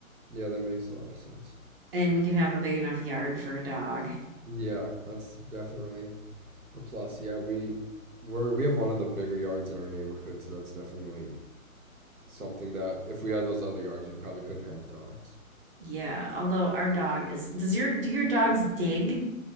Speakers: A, on the right (about 80°); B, on the right (about 40°).
A: yeah, that makes a lot of sense.
B: And we can have a big enough yard for a dog.
A: Yeah, that's definitely a plus. Yeah, we we're we have one of the bigger yards in our neighborhood, so that's definitely something that if we had those other yards, we probably couldn't have dogs.
B: Yeah, although our dog is, does your do your dogs dig?